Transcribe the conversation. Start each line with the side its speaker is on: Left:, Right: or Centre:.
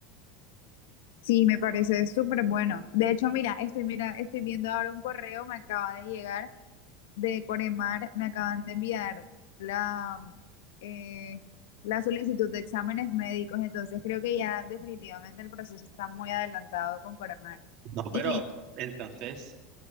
Left: Sí, me parece súper bueno. De hecho, mira, estoy, mira, estoy viendo ahora un correo, me acaba de llegar de Coremar, me acaban de enviar la, eh, la solicitud de exámenes médicos, entonces creo que ya definitivamente el proceso está muy adelantado con Coremar.
Right: No,
Left: Y
Right: pero entonces